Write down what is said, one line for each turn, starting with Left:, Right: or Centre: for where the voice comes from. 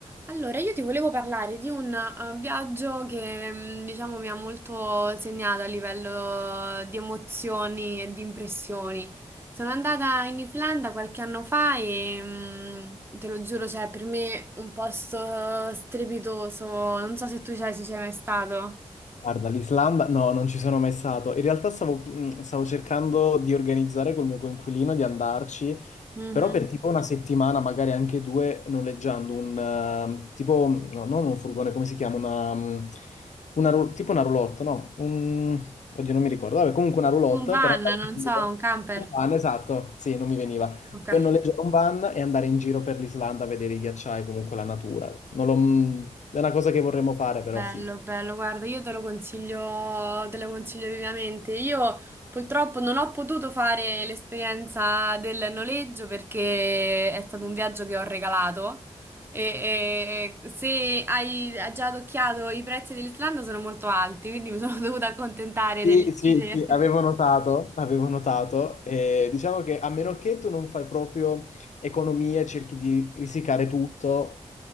Right: Allora, io ti volevo parlare di un eh, viaggio che, mm, diciamo, mi ha molto segnato a livello eh, di emozioni e di impressioni. Sono andata in Islanda qualche anno fa e, mm, te lo giuro, cioè, per me un posto strepitoso. Non so se tu ci sei, ci sei mai stato.
Left: Guarda, l'Islanda, no, non ci sono mai stato. In realtà stavo, mh, stavo cercando di organizzare col mio coinquilino di andarci,
Right: Mhm.
Left: però per tipo una settimana, magari anche due, noleggiando un eh, tipo, no, non un furgone, come si chiama? Una, mh, una ru- tipo una roulotte, no? Un, oddio, non mi ricordo. Vabbè, comunque una roulotte
Right: Un van,
Left: per andare
Right: non
Left: in
Right: so,
Left: giro.
Right: un camper.
Left: Un van, esatto, sì, non mi veniva.
Right: Ok.
Left: Per noleggiare un van e andare in giro per l'Islanda a vedere i ghiacciai, comunque la natura. Non l'ho- mh, è una cosa che vorremmo fare,
Right: Bello,
Left: però sì.
Right: bello, guarda, io te lo consiglio, te lo consiglio vivamente. Io purtroppo non ho potuto fare l'esperienza del noleggio perché è stato un viaggio che ho regalato e, e- se hai già adocchiato i prezzi dell'Islanda sono molto alti, quindi mi sono <laughs> dovuta accontentare
Left: Sì,
Right: delle
Left: sì,
Right: gite.
Left: sì, avevo notato, avevo notato. Eh, diciamo che a meno che tu non fai proprio economia, e cerchi di risicare tutto,